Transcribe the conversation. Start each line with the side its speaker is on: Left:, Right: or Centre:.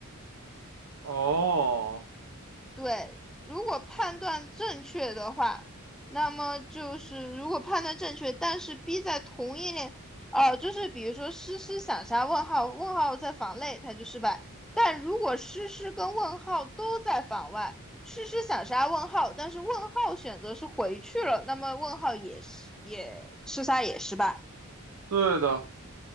Right: 哦，
Centre: 对，如果判断正确的话，那么就是如果判断正确，但是 B 在同一类，哦，就是比如说诗诗想杀问号，问号在房内，它就失败。但如果诗诗跟问号都在房外，诗诗想杀问号，但是问号选择是回去了，那么问号也是也吃杀也失败。
Right: 对的，